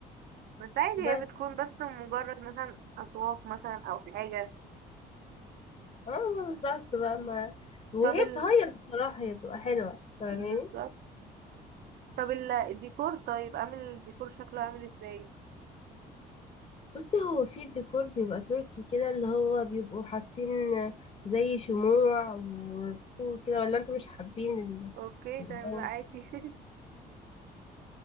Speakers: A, on the right; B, on the left.
A: بس عادي
B: بس
A: هي بتكون بس مجرد مثلا اذواق مثلا او حاجه
B: اه ما بالظبط بقى ما وهي
A: طب ال...
B: بتهيص بصراحة هي بتبقى حلوة فاهماني
A: بالظبط طب ال- الديكور طيب عامل الديكور شكله عامل ازاي
B: بصي هو في ديكور بيبقى تركي كده اللي هو بيبقوا حاطين زي شموع وبخور كده ولا انتوا مش حابين ال-
A: اوكي
B: الجو
A: تمام لا عادي <laughs>